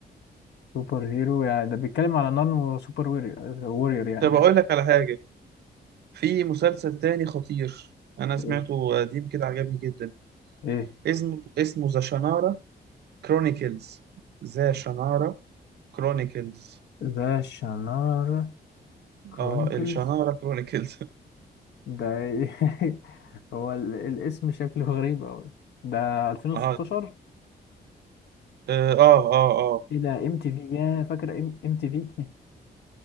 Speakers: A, on the left (about 85°); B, on the right (about 75°).
A: سوبر هيرو يعني ده بيتكلم على نون وسوبر وورير وورير يعني
B: طب اقول لك على حاجه في مسلسل تاني خطير انا سمعته
A: مم.
B: قديم كده عجبني جدا
A: ايه
B: اسمه اسمه ذا شنارة كرونيكلز ذا شنارة كرونيكلز
A: ذا شانار كرونيكلز
B: اه الشنارة كرونيكلز
A: ده إيه؟ <laughs> هو ال- الاسم شكله غريب أوي ده 2016
B: <laughs> اه اه اه اه, آه.
A: ايه ده ام تي في يا فاكر ام تي في